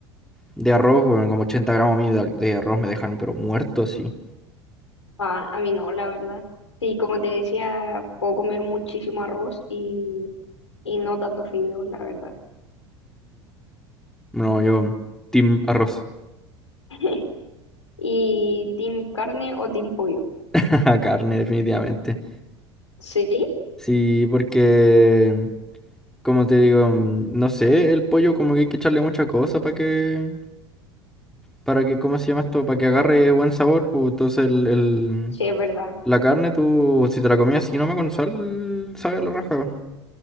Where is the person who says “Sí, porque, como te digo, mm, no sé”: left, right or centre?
Centre